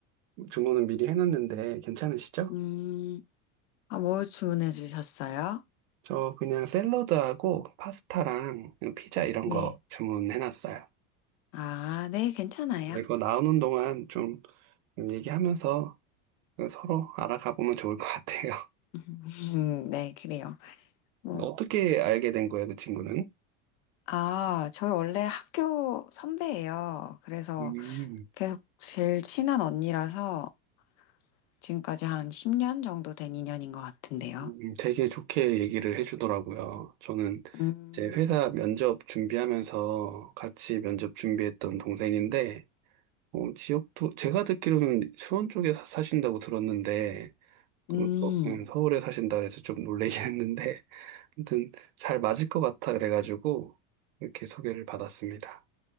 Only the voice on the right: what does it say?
주문은 미리 해놨는데 괜찮으시죠?
저 그냥 샐러드하고 파스타랑 피자 이런
거 주문해놨어요.
이거 나오는 동안 좀 얘기하면서 서로 알아가 보면 좋을 것 같아요.
<laughs> 어떻게 알게 된 거예요, 그 친구는?
음,
음, 되게 좋게 얘기를 해주더라고요. 저는
이제 회사 면접 준비하면서 같이 면접 준비했던 동생인데, 어, 지역도, 제가 듣기로는 수원 쪽에 사- 사신다고 들었는데, 그
서- 음, 서울에 사신다 그래서 좀 놀라긴 <laughs> 했는데, 아무튼 잘 맞을 것 같아 그래가지고, 이렇게 소개를 받았습니다.